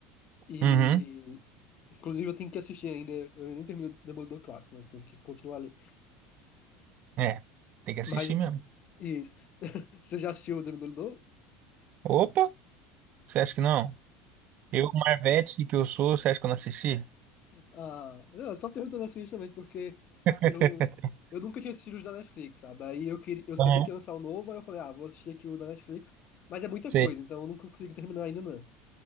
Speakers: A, on the left; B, on the right.
A: E.
B: Uhum.
A: Inclusive, eu tenho que assistir ainda. Eu nem terminei o Demolidor Clássico, mas eu tenho que continuar ali.
B: É. Tem que assistir
A: Mas
B: mesmo.
A: Isso. Você já assistiu o Demolidor?
B: Opa! Você acha que não? Eu, Marvete, que eu sou, você acha que eu não assisti?
A: Ah, não, só perguntando assim também, porque
B: <laughs>
A: eu, eu nunca tinha assistido os da Netflix, sabe? Aí eu queria, eu sabia
B: Aham,
A: que ia lançar o novo, aí eu falei, ah, vou assistir aqui o da Netflix, mas é muita
B: sei.
A: coisa, então eu nunca consigo terminar ainda, não.